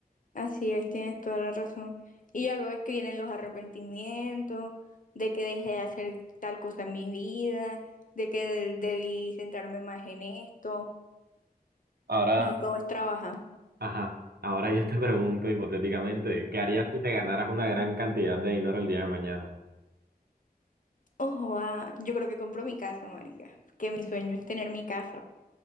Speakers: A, on the left (about 55°); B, on the right (about 75°).
A: así es, tienes toda la razón. Y ya luego es que vienen los arrepentimientos de que dejé de hacer tal cosa en mi vida, de que debí centrarme más en esto.
B: Ahora,
A: No todo es trabajar.
B: ajá, ahora yo te pregunto hipotéticamente, ¿qué harías si te ganaras una gran cantidad de dinero el día de mañana?
A: Ojo, ah, yo creo que compro mi casa, marica, que mi sueño es tener mi casa